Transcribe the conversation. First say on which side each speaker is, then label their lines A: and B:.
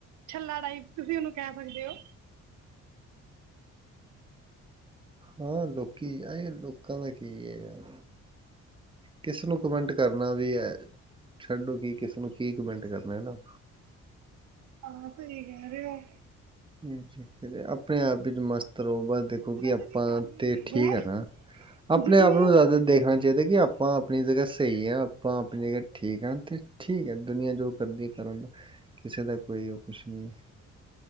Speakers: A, on the right (about 70°); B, on the right (about 15°).
A: ਛੱਲਾ ਟਾਈਪ ਤੁਸੀਂ ਉਹਨੂੰ ਕਹਿ ਸਕਦੇ ਹੋ।
B: ਹਾਂ ਲੋਕੀ ਆ ਲੋਕਾਂ ਦਾ ਕੀ ਹੈ, ਯਾਰ ਕਿਸਨੂੰ ਕਮੈਂਟ ਕਰਨਾ ਵੀ ਹੈ ਛੱਡੋ ਕਿ ਕਿਸਨੂੰ ਕੀ ਕਮੈਂਟ ਕਰਨਾ ਹੈ ਨਾ
A: ਆ ਸਹੀ ਕਹਿ ਰਹੇ ਔ,
B: ਰ ਆਪਣੇ ਆਪ ਵਿੱਚ ਮਸਤ ਰਹੋ ਬਸ ਦੇਖੋ
A: ਕੁਦਰਤ
B: ਕਿ ਆਪਾਂ
A: ਦੀ ਗੱਲ ਹੁੰਦੀ
B: ਤੇ ਠੀਕ
A: ਹੈ
B: ਆ ਨਾ ਆਪਣੇ
A: ਜਿੰਨੇ
B: ਆਪ ਨੂੰ ਜ਼ਿਆਦਾ ਦੇਖਣਾ ਚਾਹੀਦਾ ਕਿ ਆਪਾਂ ਆਪਣੀ ਜਗ੍ਹਾ ਸਹੀ ਆ ਆਪਾਂ ਆਪਣੀ ਜਗ੍ਹਾ ਠੀਕ ਹਾਂ ਤੇ ਠੀਕ ਹੈ ਦੁਨੀਆਂ ਜੋ ਕਰਦੀ ਕਰਨ ਦਾ ਕਿਸੇ ਦਾ ਕੋਈ ਉਹ ਕੁਛ ਨਹੀਂ ਹੈ।